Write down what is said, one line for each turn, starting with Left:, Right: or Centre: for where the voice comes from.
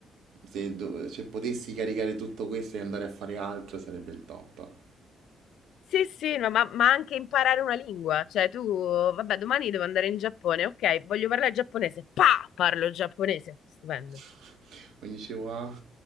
Right: se, do- se potessi caricare tutto questo e andare a fare altro sarebbe il top.
Left: Sì, sì, no, ma, ma anche imparare una lingua, cioè tu, vabbè, domani devo andare in Giappone, ok, voglio parlare giapponese, pa, parlo giapponese, stupendo.
Right: <laughs> Ogni ci va.